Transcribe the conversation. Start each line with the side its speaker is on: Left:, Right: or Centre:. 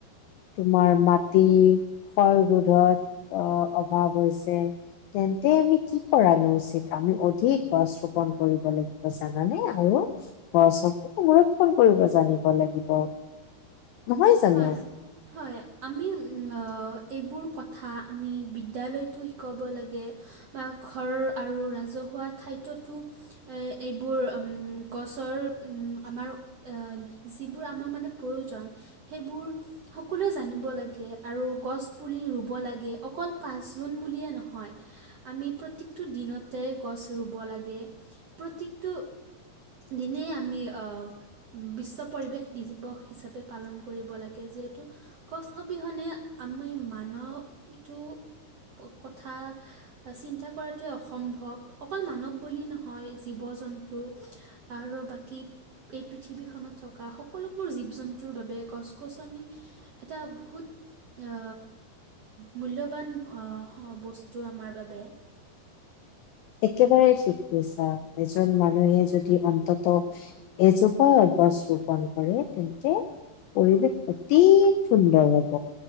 Left: তোমাৰ মাটি ক্ষয় ৰোধত আ, অভাৱ হৈছে তেন্তে আমি কি কৰানো উচিত? আমি অধিক গছ ৰোপন কৰিব লাগিব জানানে? আৰু গছ সংৰক্ষন কৰিব জানিব লাগিব। নহয় জানো
Right: হয়, হয়, আমি উম, ‌আ, এইবোৰ কথা আমি বিদ্যালয়তো শিকাব লাগে, বা ঘৰ আৰু ৰাজহুৱা ঠাইতোটো এ' এইবোৰ উম, গছৰ উম, আমাৰ এ, যিবোৰ আমাক মানে প্ৰয়োজন সেইবোৰ সকলোৱে জানিব লাগে, আৰু গছ পুলি ৰুব লাগে অকল পাঁচ জুন বুলিয়ে নহয়, আমি প্ৰতিটো দিনতে গছ ৰুব লাগে, প্ৰত্যেকটো দিনেই আমি আ, বিশ্ব পৰিৱেশ দিৱস হিচাপে পালন কৰিব লাগে যিহেতু, গছ অবিহনে আমি মানৱটো কথা চিন্তা কৰাটোৱে অসম্ভৱ অকল মানৱ বুলি নহয়, জীৱ জন্তু আৰু বাকী এই পৃথিৱীখনত থকা সকলোবোৰ জীৱ জন্তুৰ বাবে গছ গছনি এটা বহুত আ, মূল্যবান আ, বস্তু আমাৰ বাবে
Left: একেবাৰে ঠিক কৈছা, এজন মানুহে যদি অন্তত এজোপা গছ ৰোপন কৰে তেন্তে পৰিৱেশ অতি সুন্দৰ হ'ব,